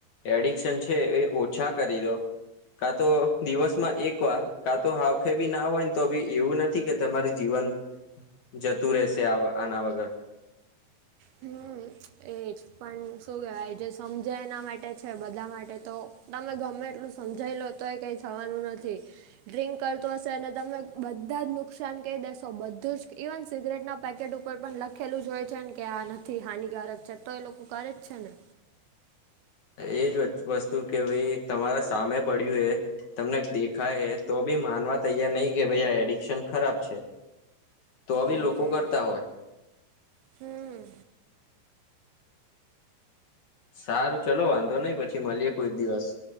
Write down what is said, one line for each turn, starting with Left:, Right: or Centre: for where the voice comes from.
Left: એડિક્શન છે એ ઓછા કરી દો કા તો દિવસમાં એક વાર કા તો હાવખે બી ના હોયને તો બી એવું નથી કે તમારું જીવન જતું રહેશે આના વગર.
Right: હમ એ જ. પણ શું કેવાય જે સમજે એના માટે છે બધા માટે તો તમે ગમે એટલું સમજાઈ લો તોય કઈ જવાનું નથી, ડ્રિંક કરતો હશે અને તમે બધા જ નુકસાન કહી દેશો બધું જ ઇવન સિગરેટના પેકેટ ઉપર ઉપ પણ લખેલું જ હોય છે ને કે આ નથી હાનિકારક છે તો એ લોકો કરે જ છે ને
Left: એજ વસ્તુ કે ભાઈ તમારા સામે પડ્યું એ તમને ખાય તો બી માનવા તૈયાર નહીિ કે ભાઈ આ એડિક્શન ખરાબ છે. તો બી
Right: એ
Left: લોકો
Right: છે
Left: કરતા
Right: એ જ
Left: હોય.
Right: હમ
Left: સારું ચલો વાંધો નહી પછી મળીએ કોઈ દિવસ.